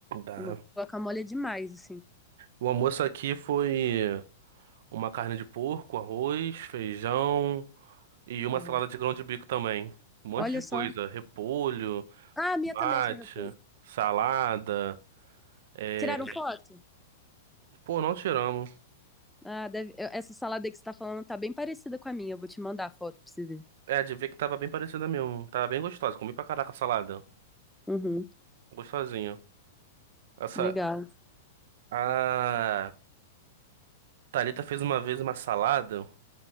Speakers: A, on the right; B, in the centre.
A: Tá.
B: O Guacamole é demais, assim.
A: O almoço aqui foi uma carne de porco, arroz, feijão. E uma
B: Aham.
A: salada de grão de bico também. Um monte
B: Olha
A: de
B: só.
A: coisa. Repolho,
B: Ah, a minha
A: mate,
B: também tinha repolho.
A: salada. É...
B: Tiraram foto?
A: Pô, não tiramos.
B: Ah, deve... eu- essa salada aí que você tá falando tá bem parecida com a minha. Eu vou te mandar a foto pra você ver.
A: É, de ver que tava bem parecida mesmo. Tava bem gostosa. Comi pra caraca a salada.
B: Uhum,
A: Gostosinho. Essa.
B: legal.
A: A Thalita fez uma vez uma salada.